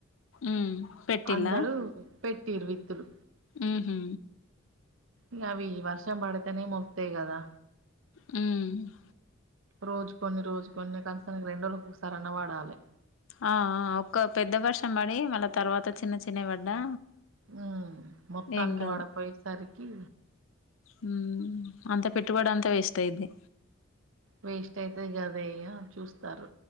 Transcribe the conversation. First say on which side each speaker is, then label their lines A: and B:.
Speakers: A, on the left; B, on the right.
A: ఉమ్ పెట్టిల్లా
B: అందరూ పెట్టిరి విత్తులు.
A: మ్ హూ
B: ఇ అవి వర్షం పడితేనే మొక్తయ్ కదా.
A: మ్
B: రోజుకొన్ని రోజుకొన్ని కనీసం రెండ్రోజులకి ఒకసారైనా వాడాలి.
A: ఆ ఆ ఒక్క పెద్ద వర్షం పడి మళ్ళా తర్వాత చిన్న చిన్నవి పడ్డా
B: ఉ మొత్తానికి
A: ఏం కాదు
B: పడపోయేసరికి
A: మ్ అంత పెట్టుబడి అంతా వేస్ట్ అయిది.
B: వేస్ట్ అయితది కదయ్యా చూస్తారు